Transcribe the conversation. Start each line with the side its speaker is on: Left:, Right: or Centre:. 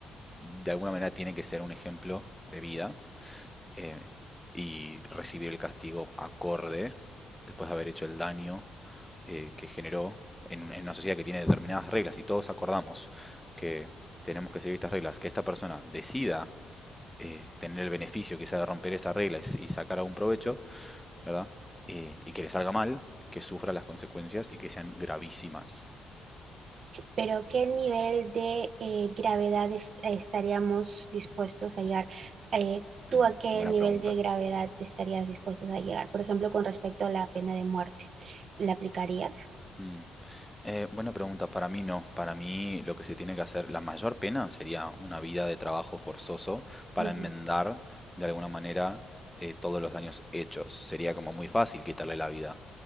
Centre: de alguna manera tiene que ser un ejemplo de vida eh, y recibir el castigo acorde después de haber hecho el daño eh, que generó en, un- en una sociedad que tiene determinadas reglas y todos acordamos que tenemos que seguir estas reglas, que esta persona decida eh, tener el beneficio quizá de romper esas reglas y s- y sacar algún provecho, ¿verdad? Eh, y que le salga mal, que sufra las consecuencias y que sean gravísimas.
Right: pero ¿qué nivel de eh, gravedad es- estaríamos dispuestos a llegar? Eh, ¿tú
Centre: Mm,
Right: a qué
Centre: buena
Right: nivel
Centre: pregunta.
Right: de gravedad estarías dispuestos a llegar? Por ejemplo, con respecto a la pena de muerte, ¿la aplicarías?
Centre: Mm. Eh, buena pregunta, para mí no. Para mí lo que se tiene que hacer, la mayor pena sería una vida de trabajo forzoso para
Right: Ujú,
Centre: enmendar de alguna manera eh, todos los daños hechos. Sería como muy fácil quitarle la vida,